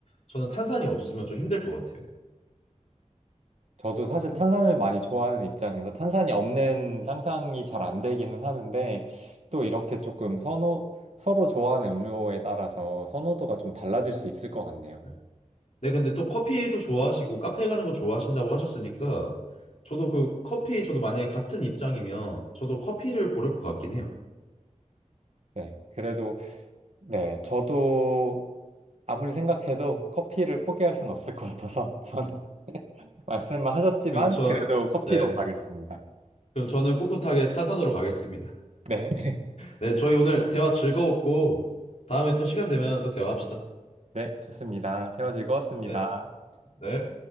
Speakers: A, on the left; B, on the right.
A: 저는 탄산이 없으면 좀 힘들 것 같아요.
B: 저도 사실 탄산을 많이 좋아하는 입장에서 탄산이 없는 상상이 잘 안 되기는 하는데 또 이렇게 조금 선호, 서로 좋아하는 음료에 따라서 선호도가 좀 달라질 수 있을 것 같네요.
A: 네, 네, 근데 또 커피도 좋아하시고 카페 가는 거 좋아하신다고 하셨으니까 저도 그 커피 저도 만약에 같은 입장이면 저도 커피를 고를 것 같긴 해요.
B: 네, 그래도 네, 저도 아무리 생각해도 커피를 포기할 순 없을 것 같아서 <laughs> 저는 말씀을 하셨지만
A: 그전
B: 네. 그래도 커피로
A: 네.
B: 가겠습니다.
A: 그럼 저는 꿋꿋하게 탄산으로 가겠습니다.
B: 네,
A: 네, 저희 오늘 대화 즐거웠고 다음에 또 시간 되면 또 대화합시다.
B: 네, 좋습니다. 대화 즐거웠습니다.
A: 네, 네.